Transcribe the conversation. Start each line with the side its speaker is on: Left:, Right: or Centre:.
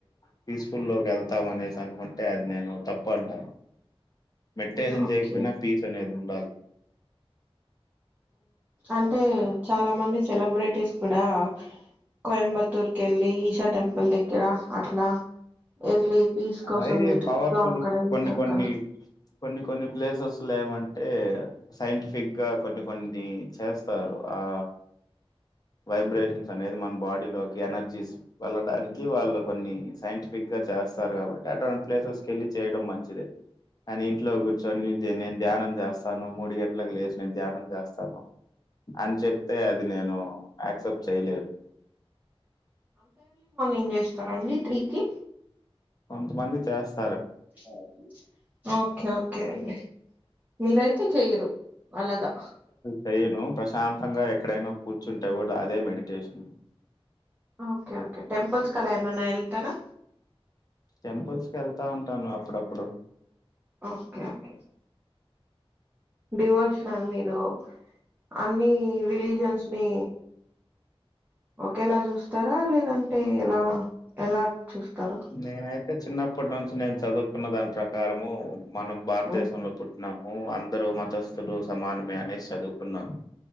Left: పీస్ఫుల్ లోకి వెళ్తు మత్త మనే సన కొంటే అద నేను తప్ప ఉంటాను మెట్టే సంజయిపోయిిన
Right: ఓకే
Left: పీస్ అనేే అదు ఉ
Right: అంటే చాలా మంది సెలబ్రిటీస్ కూడా కోయంబత్తూర్ క వెళ్ళి ఈషా టెంపుల్ దగ్గర అట్లా వెళ్ళి పీస్ కోసం
Left: అయి
Right: వెతుకుతూ
Left: పవర్ఫుల్
Right: అక్కడ వెళ్తే
Left: కొన్ని
Right: అక్కడ
Left: కొన్ని కొన్ని కొన్ని ప్లేసెస్ లో ఏమంటే సైంటిఫిక్ గా కొన్ని కొన్ని చేస్తారు ఆ వైబ్రేషన్స్ అనేది మన బాడీలోకి ఎనర్జీస్ వెళ్ళడానికి వాళ్ళు కొన్ని సైంటిఫిక్ గా చేస్తారు కాబట్టి అటువంటి ప్లేసెస్ క వెళ్ళి చేయడం మంచిదే అని ఇంట్లో కూర్చొని నేను ధ్యానం చేస్తాను మూడు గంటలకు లేచి నేను ధ్యానం చేస్తాను అని చెప్తే అది నేను యాక్సెప్ట్ చేయలేదు
Right: ఏం చేస్తారండి త్రీకి
Left: కొంతమంది చేస్త
Right: అవు ఓకే ఓకే అండి మీరయితే చెయరు అలాగా
Left: చెైను ప్రశాంతంగా ఎక్కడైనా కూర్చుంటే కూడా అదే మెడిటేషన్
Right: ఓకే ఓకే టెంపల్స్ అలా ఏమన్నా వెల్తారా
Left: టెంపుల్స్ కి వెళ్తా ఉంటాను అప్పుడప్పుడు
Right: ఓకే ఓకే డివోషనల్ మీరు అన్ని రిలీజన్స్ ని ఒకేలా చూస్తారా లేదంటే ఎలా ఎలా చూస్తారు
Left: నేనైతే చిన్నప్పటి నుంచి నేను చదువుకున్న దాని ప్రకారము మనం భారతదేశ
Right: ఉమ్
Left: లో పుట్టినాము ఇందరు మతస్థులు సమానమే అనే చదువుకున్నాను